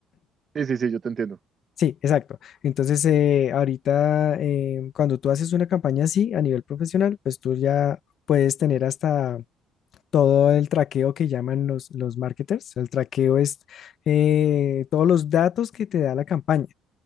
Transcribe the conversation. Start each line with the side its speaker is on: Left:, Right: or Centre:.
Right: Sí, sí, sí, yo te entiendo.
Left: Sí, exacto. Entonces, eh, ahorita, eh, cuando tú haces una campaña así a nivel profesional, pues tú ya puedes tener hasta todo el traqueo que llaman los, los marketers. El traqueo es eh, todos los datos que te da la campaña,